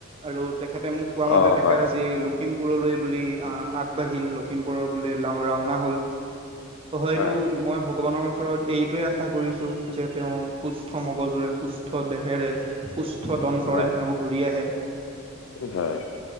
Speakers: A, on the right (about 30°); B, on the left (about 80°).
A: আৰু তেখেতে মোক কোৱা মতে
B: অ
A: তেখেত
B: হয়
A: আজি লোক লখিমপুৰলৈ বুলি আহ আগবাঢ়িল লখিমপুৰৰ বুলি লাও ৰাওনা হল হয়তো
B: হয়
A: মই ভগৱানৰ ওচৰত এইটোৱে আশা কৰিছো যে তেওঁৰ সুস্থ সুস্থ মগজুৰে সুস্থ দেহেৰে সুস্থ দন্তৰে
B: হয়
A: তেওঁ ঘূৰি আহে।
B: হয়